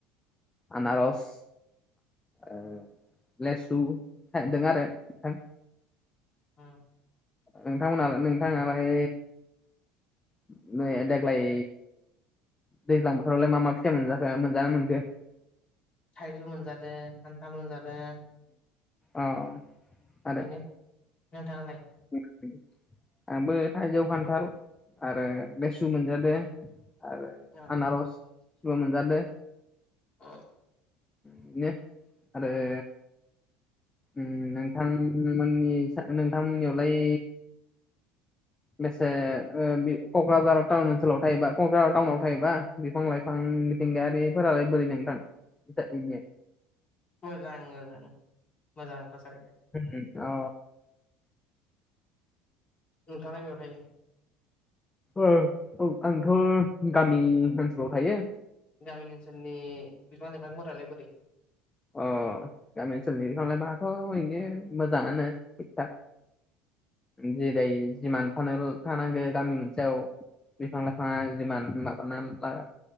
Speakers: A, on the left; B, on the left.
A: आनारस ओ लेसु थायदों आरो नोंथां।
B: उम।
A: नोंथांमोननालाय नोंथांनालाय? <unintelligible> देग्लाय दैज्लां बोथोरावलाय मा -मा फिथाइ मोनजाखो मोनजानो मोनखो?
B: थाइजौ मोनजादो खान्थाल मोनजादो।
A: ओ ओ अ। आरो
B: बेनो नोंथाङालाय?
A: <unintelligible> आंबो थाइजौ, खान्थाल आरो बेसु मोनजादो आरो
B: औ।
A: आनारसबो मोनजादो।
B: अ।
A: बिदिनो आरोे ओं नोंथांमोननि सा नोंथांमोननियावलाय बेसे ओ बे कक्राझार टाउन ओनसोलाव थायोबा कक्राझार टाउनाव थायोबा बिफां- लाइफां मिथिंगायारिफोरालाय बोरै नोंथां? बिदि
B: मोजां -मोजां -मोजां थासारि।
A: ओम ओम अ
B: नोंथाङालाय मायाव थायो?
A: ओ औ आंथ गामि ओनसोलाव थायो।
B: गामि ओनसोलनि बिफां लाइफांफोरालाय बोरै
A: अ गामि ओनसोलनि बिफां लायफाङाथ ओरैनो मोजाङानो थिग थाक। जेरै जिमान फानोल थानांगो गामि मोनसेयाव बिफां -लाइफाङा जिमान <unintelligible>